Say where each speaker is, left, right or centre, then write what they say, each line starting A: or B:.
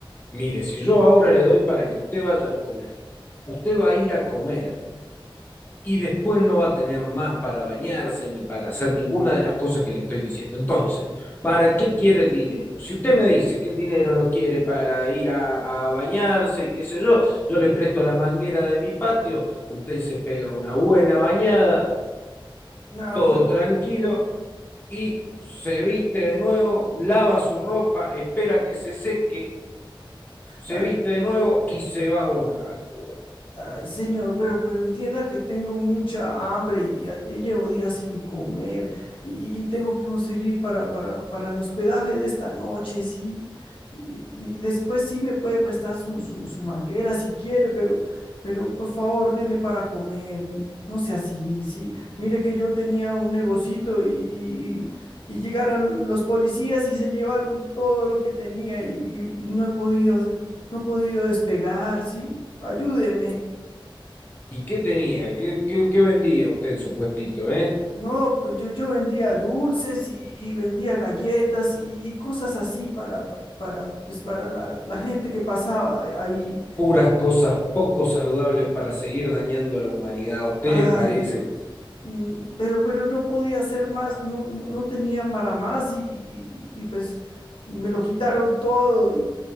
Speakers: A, on the left; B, on the left.
A: Mire, si yo ahora le doy para que usted vaya a comer, usted va a ir a comer y después no va a tener más para bañarse ni para hacer ninguna de las cosas que le estoy diciendo. Entonces, ¿para qué quiere el dinero? Si usted me dice que el dinero lo quiere para ir a, a bañarse y qué sé yo, yo le presto la manguera de mi patio, usted se pega una buena bañada,
B: No,
A: todo
B: pero,
A: tranquilo y se viste de nuevo, lava su ropa, espera que se seque, se
B: ah,
A: viste de nuevo y se va a volver a laburar.
B: Ay, señor, pero, pero entienda que tengo mucha hambre y ya, ya llevo días sin comer y, y tengo que conseguir para, para, para el hospedaje de esta noche, sí. Y, y después sí me puede prestar su, su, su manguera si quiere, pero, pero por favor, deme para comer. No sea así, sí. Mire que yo tenía un negocito y, y, y- y llegaron los policías y se llevaron todo lo que tenía y, y- y no he podido, no he podido despegar, sí. Ayúdeme.
A: ¿Y qué tenía? ¿Qué, qué, qué vendía usted en su puestito, eh?
B: No, pues yo, yo vendía dulces y, y vendía galletas y, y cosas así para, pa- para, pues para la, la gente que pasaba ahí.
A: Puras cosas poco saludables para seguir dañando a la humanidad. ¿A usted
B: Ay,
A: le parece?
B: Dios. Mm, Pero, pero no podía hacer más, no, no, no tenía para más y, y- y, pues me lo quitaron todo y,